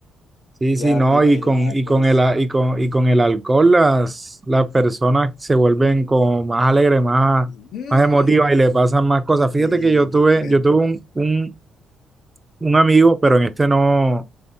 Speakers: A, on the right; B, on the left.
A: sí,
B: ya
A: sí, no,
B: te imaginas
A: y con, y
B: vos.
A: con el, a- y con, y con el alcohol las, las personas se vuelven como más alegres, más,
B: Mm,
A: más emotivas y le pasan más cosas.
B: y
A: Fíjate que yo
B: te
A: tuve,
B: cuento.
A: yo tuve un, un amigo, pero en este no,